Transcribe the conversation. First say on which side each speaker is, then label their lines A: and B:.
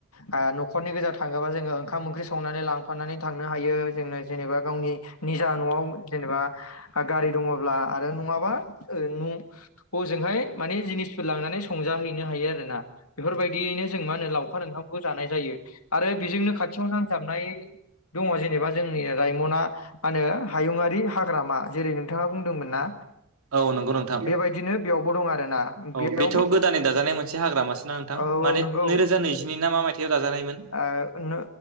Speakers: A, on the left; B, on the right.
A: आ नखरनि गोेजा थाङोबा जोङो ओंखाम ओंख्रि संनानै लांफानानै थांनो हायो जोङो जेनेबा गावनि निजा न'आव जेनेबा गारि दङोब्ला आरो नङाबा ओ हजोंहाय माने जिनिसफोर लांनानै संजाहैनो हायो आरोना बेफोरबायदियैनो जों मा होनो लावखार ओंखामखौ जानाय जायो आरो बेजोंनो खाथियाव नांजाबनाय दङ जेनेबा जोंनि रायमना मा होनो हायुङारि हाग्रामा, जेरै नोंथाङा बुंदोंमोन ना?
B: औ नंगौ नोंथां
A: बेबायदिनो बेयावबो दं आरोना बेयाव
B: औ बेथ'गोदानै दाजानाय मोनसे हाग्रामासो ना नोंथां
A: औ
B: माने
A: औ नंगौ
B: नैरोजा नैजिनै ना मा मायथाइयाव दाजानायमोन,
A: ओ नो